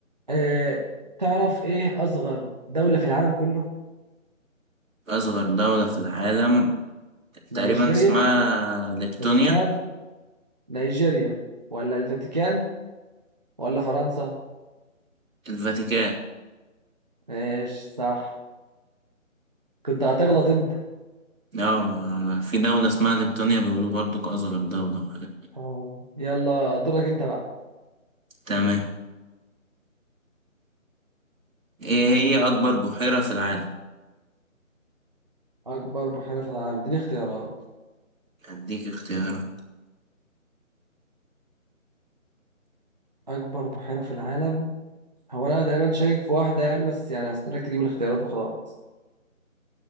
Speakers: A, on the right; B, on the right.
A: أه... تعرف إيه أصغر دولة في العالم كله؟
B: اصغر دولة في العالم
A: نيجيريا
B: تقريبا اسمها ليبتونيا
A: فاتيكان نيجيريا ولا الفاتيكان ولا فرنسا؟
B: الفاتيكان
A: ماشي صح كنت هتغلط أنت
B: اه ما- في دولة اسمها ليبتونيا بيقولوا برضو اصغر دولة وحاجات.
A: آه. يلا دورك أنت بقى
B: تمام ايه هي اكبر بحيرة في العالم
A: أكبر بحيرة في العالم اديني اختيارات
B: أديك اختيارات
A: أكبر بحيرة في العالم هو أنا تقريبا شاكك في واحدة يعني بس يعني هستناك تجيب الاختيارات وخلاص